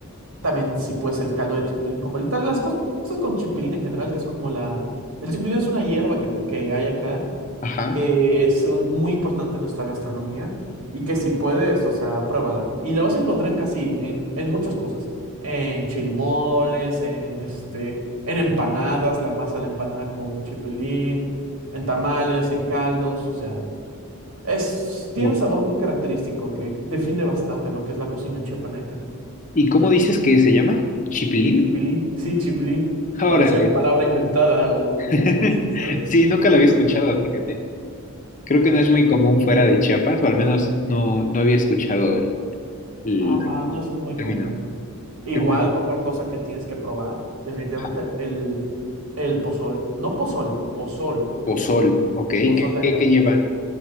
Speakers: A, on the right; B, on the left.
A: También si puedes el caldo de chipilín con bolita. Las cosas con chipilín en general, que es como la... El chipilín es una hierba que, te- que hay acá.
B: Ajá.
A: que es un- muy importante en nuestra gastronomía y que si puedes, o sea, pruébala. Y la vas a encontrar en casi, en, en muchas cosas, en chilmoles, en este, en empanadas, la masa de la empanada con chipilín, en tamales, en caldos, o sea, es, tiene
B: Guau.
A: un sabor muy característico que define bastante lo que es la cocina chiapaneca.
B: ¿Y cómo dices que se llama? ¿Chipilín?
A: Chipilín, sí, chipilín.
B: Órale.
A: Parecía una palabra inventada o
B: <laughs>
A: como un dulce, ¿sabes?
B: Sí, nunca lo había escuchado, fíjate. Creo que no es muy común fuera de Chiapas, o al menos no, no había escuchado el, el
A: Ajá, no es muy
B: término.
A: común. Igual,
B: Creo que-
A: otra cosa que tienes que probar, definitivamente,
B: ajá.
A: el, el pozol. No pozole, pozol.
B: Pozol,
A: Pozol,
B: ok. ¿Qué,
A: pozol de
B: qué,
A: acá.
B: qué lleva?